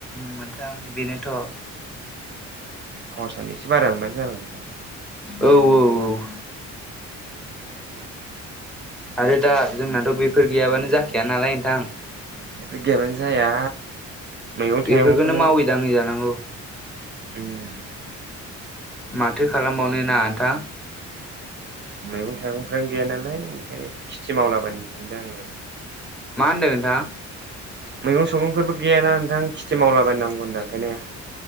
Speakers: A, in the centre; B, on the right.
A: मोनथों बेनोथ'
B: खरसानि एसे बारा मोनबानो जाबाय नोंथां।
A: औ औ। आरो दा जोंनाथ' बेफोर गैयाबानो जाखाया नालाय नोंथां।
B: बेफोर गैयाबानो जाया। मैगं
A: बेफोरखौनो
B: थाइगंखौनो
A: मावै दाङै जानांगौ
B: उम।
A: माथो खालामबावनो ना नोंथां।
B: मैगं थाइगंफ्रानो गैया नालाय ओंखायनो खेथि मावलाबानोनो सानदों आं एबार
A: मा होनदों नोंथां?
B: मैगं सैगंफोरबो गैयाना नोंथां खेथि मावलाबायनांगौ होनदों ओंखायनो